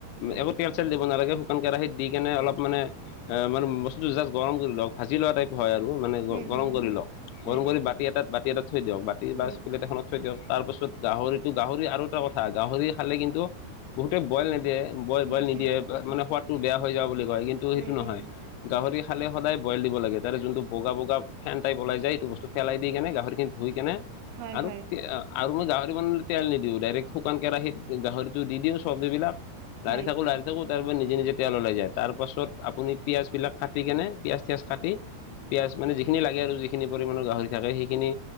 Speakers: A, on the right (about 85°); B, on the left (about 80°).
A: উম
B: একো তেল-চেল দিব নালাগে শুকান কেৰাহিত <unintelligible> দি কেনে অলপ মানে <unintelligible> মানে বস্তুটো জাষ্ট গৰম কৰি লওক। ভাজি লোৱা টাইপ হয় আৰু মানে
A: উম
B: গৰম
A: হুম
B: কৰি লওক,
A: হুম
B: গৰম কৰি বাতি এটাত, বাতি এটাত থৈ দিয়ক বাতি <unintelligible> <unintelligible> বা
A: উম
B: প্লেট এখনত থৈ দিয়ক তাৰপাছত গাহৰিটো গাহৰি আৰু এটা কথা গাহৰি খালে কিন্তু বহুতে বইল নিদিয়ে <unintelligible> বইল-বইল
A: উম উম
B: নিদিয়ে,
A: উম
B: মানে সোৱাদটো বেয়া হৈ যোৱা বুলি কয় কিন্তু
A: উম
B: সেইটো নহয়।
A: উম
B: <unintelligible> গাহৰি খালে সদায় বইল দিব লাগে তাৰে যোনটো বগা-বগা ফেন টাইপ ওলাই যায় এইটো বস্তু পেলাই দি কেনে, গাহৰিখিনি ধুই কেনে <unintelligible>
A: হয়
B: আৰু
A: হয়
B: কি আহ <unintelligible> আৰু মই গাহৰি বনালে তেল নিদিওঁ, ডাইৰেক্ট শুকান কেৰাহীত গাহৰিটো দি দিওঁ, চব্জিবিলাক <unintelligible>
A: হয়
B: লাৰি থাকোঁ, লাৰি থাকোঁ তাৰপৰা নিজে-নিজে তেল ওলাই যায়। তাৰ পাছত আপুনি পিঁয়াজবিলাক কাটি কেনে <unintelligible> পিঁয়াজ-চিঁয়াজ কাটি <unintelligible> পিঁয়াজ মানে যিখিনি লাগে আৰু যিখিনি পৰিমাণৰ গাহৰি থাকে, সেইখিনি